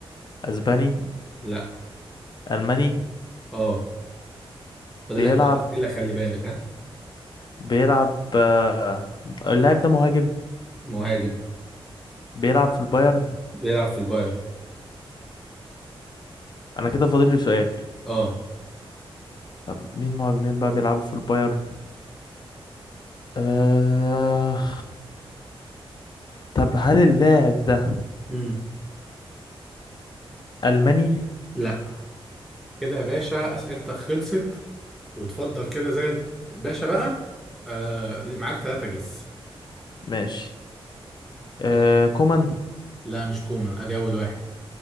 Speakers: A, on the left; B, in the centre.
A: اسباني
B: لا
A: الماني
B: اه فاضل
A: بيلعب
B: لك ثلاث اسئله خلي بالك ها
A: بيلعب آه اللاعب ده مهاجم
B: مهاجم
A: بيلعب في البايرن
B: بيلعب في البايرن
A: انا كده فاضل لي سؤال
B: اه
A: طب مين مهاجمين بقى بيلعبوا في البايرن آه... طب هل اللاعب ده
B: امم
A: ألماني
B: لا كده يا باشا اسئلتك خلصت وتفضل كده زي الباشا بقى آه معاك ثلاثة جس
A: ماشي آه...
B: يلا
A: كومان
B: لا مش كومان ادي اول واحد